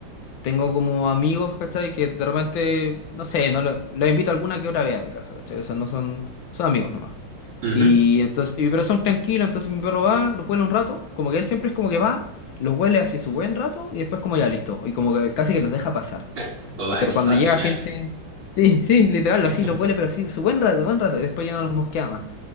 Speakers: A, on the left; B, on the right.
A: tengo como amigos, ¿cachai? Que de repente, no sé, no lo- los invito a alguna que otra vez a mi casa, ¿cachai? O sea, no son, son amigos nomás.
B: Ujú.
A: Y entonces, y- pero son tranquilos, entonces mi perro va, los huele un rato, como que él siempre es como que va, los huele así su buen rato y después como ya listo, y como que casi que los deja pasar.
B: <laughs> Lo va a
A: Pero
B: examinar.
A: cuando llega gente, sí, sí, literal,
B: <laughs>
A: así lo huele, pero así, su buen rato, buen rato, y después ya no los mosquea más.